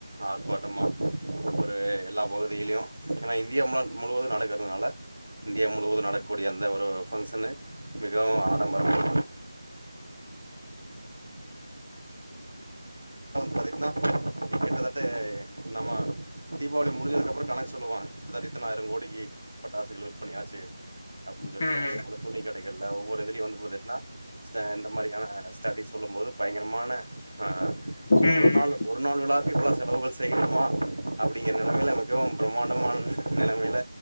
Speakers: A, on the right; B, on the left.
A: ஆர்ப்பாட்டமா ஒரு எல்லா பகுதிகளியு ஏனா இந்தியா முழ முழுவது நடக்குறதுனால இந்தியா முழுவது நடக்ககூடிய அந்த ஒரு ஃபங்ஷன்னு மிகவு ஆடம்பரமா <inaudible> பாத்தீங்கனா கிட்டத்தட்ட நம்ம தீபாவளி முடிஞ்சதுக்கப்பறோ கணக்கு சொல்லுவாங்க கிட்டத்தட்ட இத்தனாயிரோ கோடிக்கு பட்டாசுகள் விற்பனயாச்சு அப்டின்னு சொல்ட்டு
B: ம் ம்
A: அதே போல துணி கடைகள்ல ஒவ்வொரு இதுலயு வந்து பாத்துட்ன்னா ஸ்டாண்ட் மாரியான ஸ்டடிஸ் சொல்லும் போது பயங்கரமான ஆஹ் ஒரு
B: ம்
A: ஒரு
B: ம்
A: நாள் ஒரு நாள் விழாக்கு இப்டிலா செலவுகள் செய்யணுமா அப்டிங்கிற நெலமைல மிகவும் பிரமாண்டமான நிலமைல